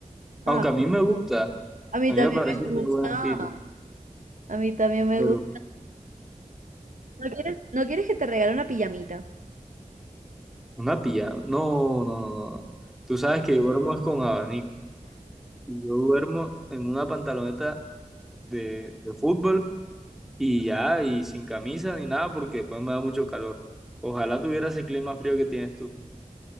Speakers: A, in the centre; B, on the right.
A: aunque
B: Ah,
A: a mí me gusta,
B: a mí
A: a mí
B: también
A: me parece
B: me
A: que tiene
B: gusta.
A: buen estilo,
B: A mí también me
A: pero
B: gusta. ¿No quieres, no quieres que te regale una pijamita?
A: una pijama. No, no, no, no. no. Tú sabes que yo duermo es con abanico. Y Yo duermo en una pantaloneta de, de fútbol y ya, y sin camisa ni nada porque después me da mucho calor. Ojalá tuviera ese clima frío que tienes tú.